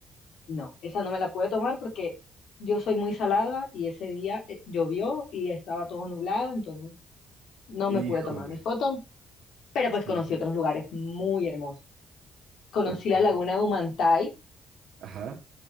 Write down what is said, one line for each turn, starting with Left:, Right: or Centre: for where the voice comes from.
Left: No, esa no me la pude tomar porque yo soy muy salada y ese día eh, llovió y estaba todo nublado, entonces no
Right: Híjole.
Left: me pude tomar mi foto, pero
Right: Sí.
Left: pues conocí otros lugares muy hermosos. Conocí
Right: Ok.
Left: la laguna de Humantay,
Right: Ajá.